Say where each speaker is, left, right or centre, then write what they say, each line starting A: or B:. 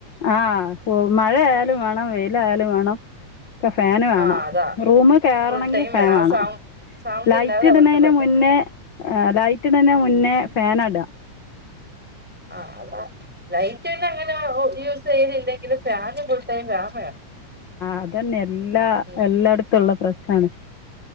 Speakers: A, on the left; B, in the centre.
A: ആ <unintelligible> മഴയായാലും വേണം വെയി ന്താആയാലും വേണം ഒക്ക ഫാന് വേണം
B: ആ അതാ
A: റൂമ് കയറണങ്കിൽ
B: ഫുൾ ടൈം
A: ഫാൻ വേണം
B: ആ സൗണ്ട് സൗണ്ട്
A: ലൈറ്റ്
B: ഇല്ലാതെ
A: ഇടനേണ്
B: അവർക്ക് പറ്റത്തില്ല
A: മുന്നേ ലൈറ്റ് ഇടനേ മുന്നേ ഫ്യാനട
B: ആ അത ലൈറ്റ് പിന്നെ അങ്ങന ഒ യൂസ് ചെയ്തില്ലെങ്കിലും ഫ്യാന് ഫുൾ ടൈം ഫാൻ വേണം
A: അതന്നെ എല്ലാ
B: ഉം
A: എല്ലാടത്തുള്ള പ്രശ് ആണ്